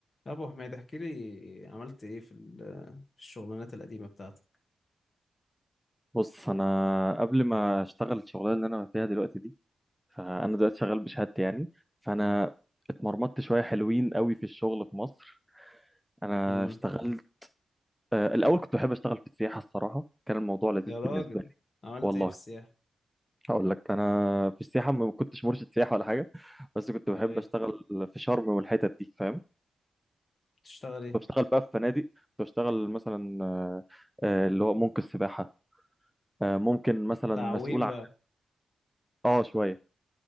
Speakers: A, on the left (about 40°); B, in the centre.
A: يا ابو حميد احكي لي عملت ايه في ال- في الشغلانات القديمه بتاعتك
B: بص انا قبل ما اشتغل الشغلانه اللي انا فيها دلوقتي دي فانا دلوقتي شغال بشهادتي يعني فانا اتمرمطت شويه حلوين قوي في الشغل في مصر انا
A: امم
B: اشتغلت آه، الاول كنت بحب اشتغل في السياحه الصراحه كان الموضوع لذيذ
A: يا راجل
B: بالنسبه لي
A: عملت
B: والله
A: ايه في السياحه
B: هقول لك انا في السياحه ما كنتش مرشد سياحه ولا حاجه بس كنت بحب
A: امال ايه
B: اشتغل في شرم والحتت دي فاهم
A: بتشتغل ايه
B: كنت بشتغل بقى في فنادق كنت بشتغل مثلا آه، آه، اللي هو ممكن السباحه آه، ممكن مثلا
A: تعويم
B: مسؤول عن
A: بقى
B: اه شويه